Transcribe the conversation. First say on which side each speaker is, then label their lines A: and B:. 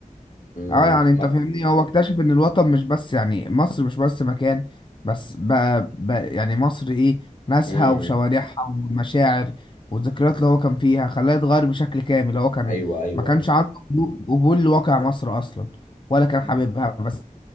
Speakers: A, on the left; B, on the left.
A: امم
B: اه يعني
A: عمت-
B: انت فاهمني هو اكتشف ان الوطن مش بس يعني مصر مش بس مكان بس بقى, بقى يعني مصر ايه ناسها
A: امم
B: وشوارعها والمشاعر والذكريات اللي هو كان فيها خلاه يتغير بشكل كامل هو كان
A: ايوه ايوه
B: ما كانش عنده قبول قبول لواقع مصر اصلا ولا كان
A: امم
B: حاببها بس